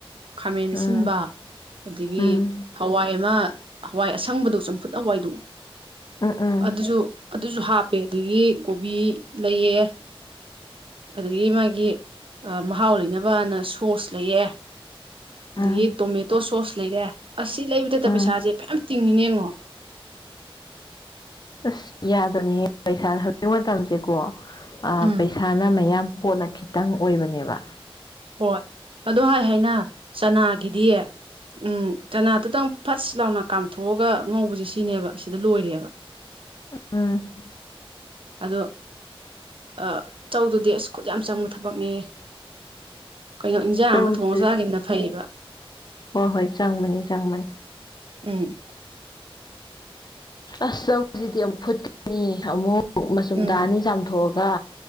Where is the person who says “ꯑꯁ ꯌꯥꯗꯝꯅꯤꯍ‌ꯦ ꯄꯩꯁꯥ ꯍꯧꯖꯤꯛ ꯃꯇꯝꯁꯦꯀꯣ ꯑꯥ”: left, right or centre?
Left